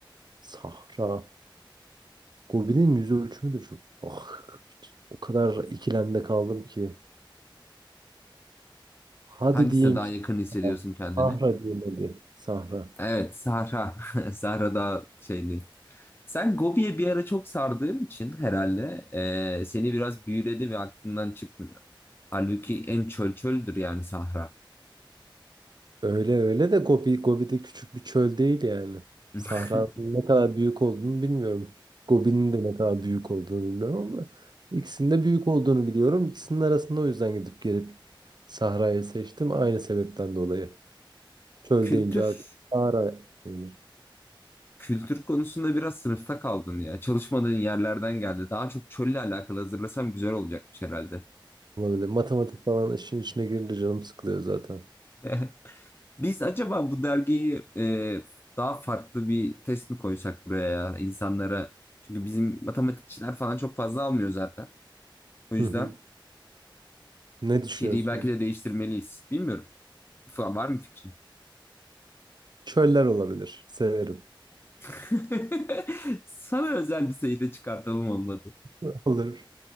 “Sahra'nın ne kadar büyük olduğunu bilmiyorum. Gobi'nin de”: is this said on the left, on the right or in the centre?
Right